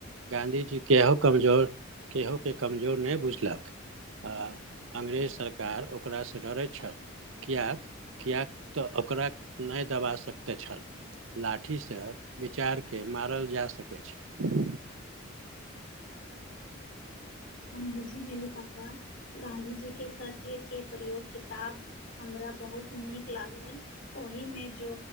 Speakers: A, on the right; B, on the left.
A: गाँधीजी केहो कमजोर केहो के कमजोर नहि बुझलक आ अंग्रेज सरकार ओकरासँ डरैत छल कियक किएक तऽ ओकरा नहि दबा सकते छल ला ठी से विचार के मारल जा सकैत छै
B: ही भेल पाबा गाँधी जी के सत्य के प्रयोग किताब हमरा बहुत नीक लागल ओहि मे जो